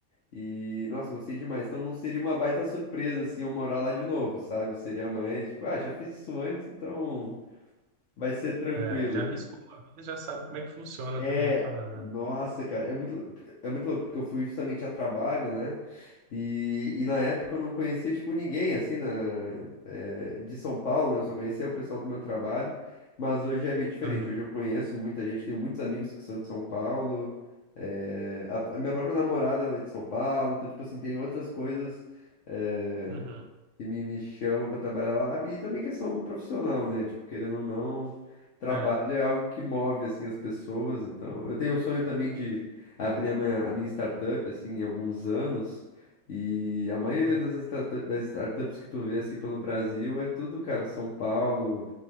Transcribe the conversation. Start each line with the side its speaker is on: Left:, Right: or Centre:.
Left: E, nossa, gostei demais. Então não seria uma baita surpresa, assim, eu morar lá de novo, sabe? Seria mais, tipo, ah, já fiz isso antes, então vai ser tranquilo.
Right: É, já arriscou uma vida, já sabe como é que funciona
Left: É,
Right: também a parada.
Left: nossa, cara, é muito, é muito louco, porque eu fui justamente a trabalho, né? E, e na época eu não conhecia, tipo, ninguém, assim, na, eh, de São Paulo, né? Eu só conhecia o pessoal do meu trabalho, mas hoje é bem diferente.
Right: Aham,
Left: Hoje eu conheço muita gente, tenho muitos amigos que são de São Paulo, eh, a, a minha própria namorada, ela é de São Paulo, então, tipo assim, tem outras coisas, eh,
Right: aham.
Left: que me, me chama para trabalhar lá, e também questão profissional, né? Tipo, querendo ou não, trabalho
Right: É,
Left: é algo que move, assim, as pessoas, então... Eu tenho o sonho também de abrir a minha, a minha startup, assim, em alguns anos, e a maioria
Right: boto.
Left: das, startu- das startups que tu vê, assim, pelo Brasil é tudo, cara, São Paulo,